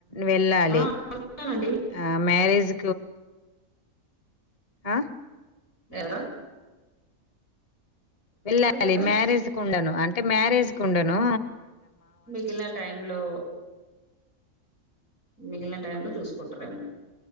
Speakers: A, on the left; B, on the left.
A: వెళ్ళాలి
B: ఆ వెళ్తానండి
A: ఆ మ్యారేజ్ ఆ
B: ఎవరు
A: వెళ్ళాలి
B: కదా
A: మ్యారేజ్ కు ఉండను అంటే మ్యారేజ్ కు ఉండను
B: మిగిలిన టైమ్ లో మిగిలిన టై లో చూసుకుంటారేమో